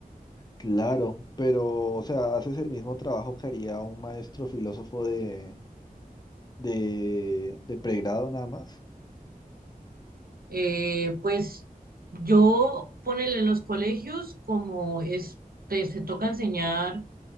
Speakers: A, on the left; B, on the right.
A: claro, pero, o sea, haces el mismo trabajo que haría un maestro filósofo de de, de pregrado nada más.
B: Eh, pues yo ponele en los colegios como es, te- se toca enseñar.